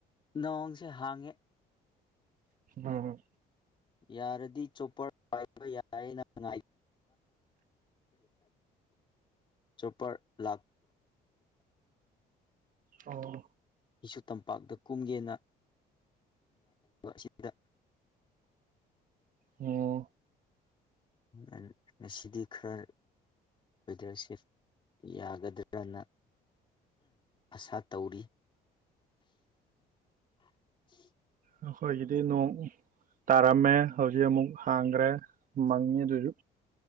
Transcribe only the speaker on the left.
ꯅꯑꯣꯣꯡꯁꯦ ꯍꯥꯡꯉꯦ
ꯌꯥꯔꯗꯤ ꯆꯣꯄ ꯄꯏꯄ ꯌꯥꯏ ꯅ ꯉ ꯁꯨꯄꯔ ꯂꯥꯛ
ꯑꯩꯁꯨ ꯇꯝꯄꯥꯛꯇ ꯀꯨꯝꯒꯦꯅ ꯑꯁꯤꯗ
ꯎꯝ ꯅꯁꯤꯗꯤ ꯈꯔ ꯂꯤꯗꯔꯁꯤꯐ ꯌꯥꯒꯗ꯭ꯔꯅ ꯑꯁꯥ ꯇꯧꯔꯤ <unintelligible>